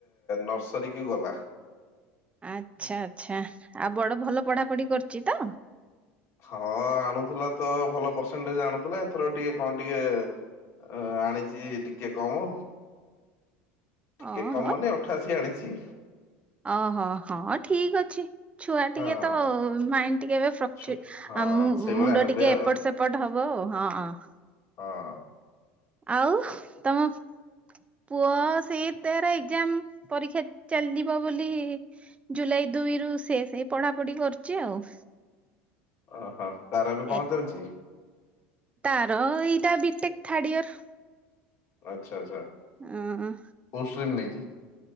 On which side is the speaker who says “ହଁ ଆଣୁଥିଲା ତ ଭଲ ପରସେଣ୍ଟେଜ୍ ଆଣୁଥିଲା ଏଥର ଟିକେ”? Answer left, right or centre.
Left